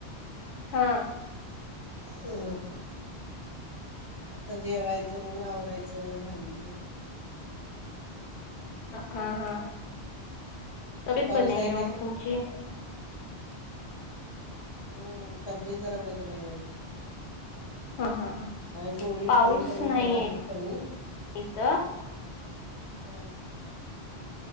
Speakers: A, on the left; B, on the left.
A: हा.
B: हम्. आता जेवायचं आणि मग आवरायचं भांडी तेन.
A: हा हा तब्येत
B: पाऊस
A: बरी नाही
B: आहे
A: वाटत
B: काय
A: तुमची. <inaudible>
B: हम्म तब्येत जरा बरी नाही होय.
A: हा हा हा
B: काय गोळी
A: पाऊस
B: खाली त्यांन
A: नाही
B: थोडा आहे कमी.
A: इथं
B: हा.